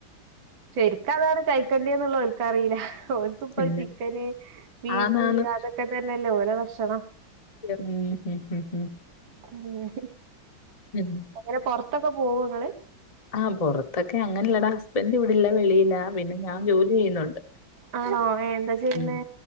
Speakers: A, on the right; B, on the left.
A: ശരിക്ക് അതാണ് കഴിക്കേണ്ടതെന്നുള്ളത് അവക്കറിയില്ല അവർക്കിപ്പ
B: പിന്നെ
A: ചിക്കന് ബീഫ്
B: ആന്നാന്ന്
A: അതൊക്കെ അതൊക്കെ തന്നെയല്ലേ ഓല ഭക്ഷണം
B: ഉം ഉ ഉ ഉ
A: ഉം
B: ഉം
A: അങ്ങനെ പുറത്തൊക്കെ പോവോ ഇങ്ങള്
B: ആഹ് പുറത്തൊക്കെ അങ്ങനെല്ലടാ ഹസ്ബൻറ് ഇവിടെല്ല വെളിയില പിന്നെ ഞാൻ ജോലി ചെയ്യുന്നുണ്ട്
A: ആണോ ഐ എന്താ ചെയ്യുന്നേ
B: ഉം